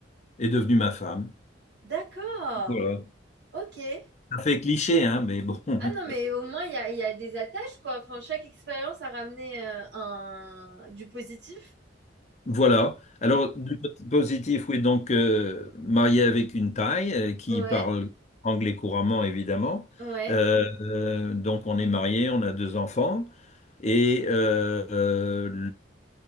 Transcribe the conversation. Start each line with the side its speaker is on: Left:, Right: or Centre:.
Left: est devenue ma femme.
Right: D'accord.
Left: Voilà.
Right: Ok.
Left: Ça fait cliché, hein, mais bon. <laughs>
Right: Ah non, mais au moins, il y a, il y a des attaches, quoi. Enfin, chaque expérience a ramené euh, un... du positif.
Left: Voilà. Alors, du côté positif, oui, donc euh, mariée avec une Thaï euh, qui
Right: Ouais,
Left: parle anglais couramment, évidemment.
Right: ouais.
Left: Euh, euh, donc, on est mariés, on a deux enfants. Et euh, euh,